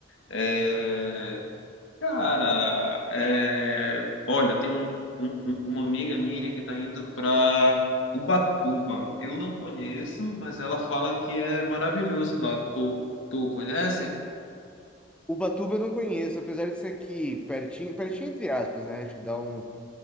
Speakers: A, on the left; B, in the centre.
A: é, Cara, é, olha, tem um, um- um- uma amiga minha que está indo para Ubatuba. Eu não conheço, mas ela fala que é maravilhoso lá. Tu, tu conhece?
B: Ubatuba eu não conheço, apesar de ser aqui pertinho, pertinho entre aspas, né? Acho que dá um,